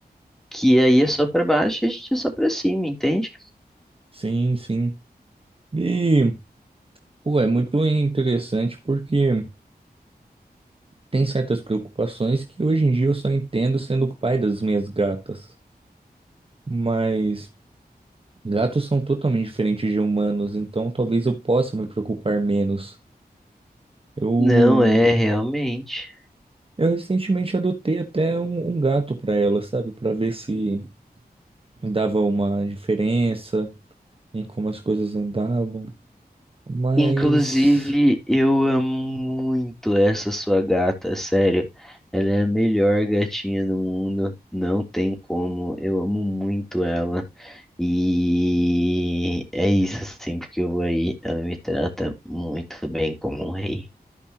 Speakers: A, in the centre; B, on the right.
A: Que aí é só pra baixo e a gente é só pra cima, entende?
B: Sim, sim. E, pô, é muito interessante porque tem certas preocupações que hoje em dia eu só entendo sendo o pai das minhas gatas. Mas gatos são totalmente diferentes de humanos, então talvez eu possa me preocupar menos. Eu
A: Não, é realmente.
B: Eu recentemente adotei até um, um gato para ela, sabe? Para ver se dava uma diferença em como as coisas andavam. Mas,
A: Inclusive, eu amo muito essa sua gata, sério. Ela é a melhor gatinha do mundo, não tem como. Eu amo muito ela. E é isso, sempre que eu vou aí, ela me trata muito bem como um rei.